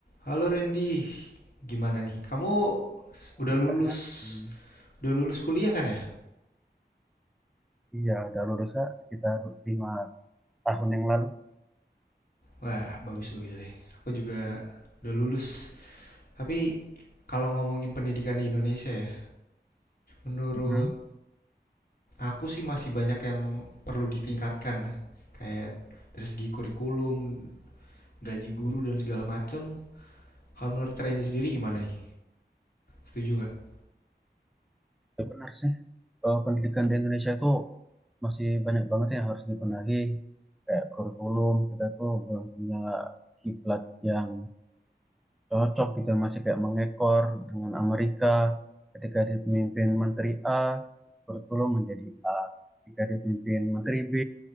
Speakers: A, on the left (about 55°); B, in the centre.
A: Halo Randy, gimana nih? Kamu udah
B: PHI.
A: lulus, udah lulus kuliah kan ya?
B: Iya, udah lulusnya sekitar lima tahun yang lalu.
A: Wah, bagus-bagus deh. Aku juga udah lulus. Tapi kalau ngomongin pendidikan di Indonesia ya, menurut
B: Mm-mm.
A: aku sih masih banyak yang perlu ditingkatkan. Kayak dari segi kurikulum, gaji guru dan segala macem. Kalau menurut Randy sendiri gimana nih? Setuju nggak? <laughs>
B: Ya benar sih. Eh, pendidikan di Indonesia itu masih banyak banget yang harus dibenahi. Kayak kurikulum kita tuh belum punya kiblat yang cocok gitu masih kayak mengekor dengan Amerika. Ketika dipimpin Menteri A, kurikulum menjadi A. Ketika dipimpin Menteri B,